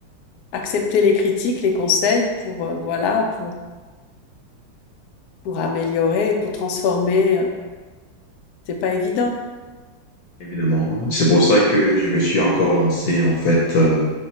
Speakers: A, on the left (about 85°); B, on the left (about 60°).
A: accepter les critiques, les conseils pour, euh, voilà, pour, pour améliorer, pour transformer. euh, C'est pas évident.
B: Évidemment. C'est pour ça que je me suis encore lancé, en fait. euh,